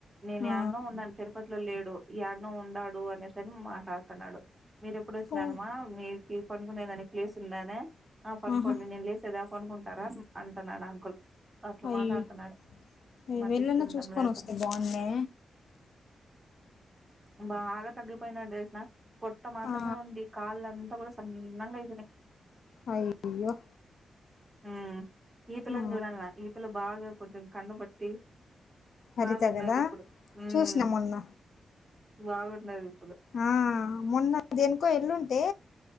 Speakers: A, on the right; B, on the left.
A: నేను
B: ఆ
A: యాన్నో ఉన్నాను తెర్ ట్ లో లేడు యాడ్నో ఉండాడు అనే సరి మాట్లాడతున్నాడు. మీర ఎప్పుడు వచ్చినాడుమ్మా
B: ఓ
A: మీకి పడుగునేదాని ప్లేసు ఉన్నదా ఆ పనుకోండి
B: ఆహా
A: నేను లేసేదా పనుకుంటారా అంటున్నాడు అంకుల్. అట్లా
B: అయ్యో
A: మాట్లాడుతున్నాడు, మతిస్థిమితం
B: వెళ్ళనా చూసుకొని
A: లేకుండ
B: వస్తే బాగున్నే
A: ఉమ్ బాగా తగ్గిపోయినడేసిన పొట్ట మాత్రమే
B: ఆ
A: ఉంది, కాళ్ళంతా కూడా సన్నంగా ఐపో అ
B: అయ్యో
A: హ్మ్ ఈ పిల్లని
B: ఆ
A: చూడాల్ల, ఈ పిల్ల బాగా కొంచెం కండ పట్టి
B: హరిత
A: బాగుంన్నాది
B: కదా
A: ఇప్పుడు ఉమ్
B: చూసిన మొన్న
A: బాగుండదు.
B: ఆ మొన్న దేనుకో ఎల్లుంటే,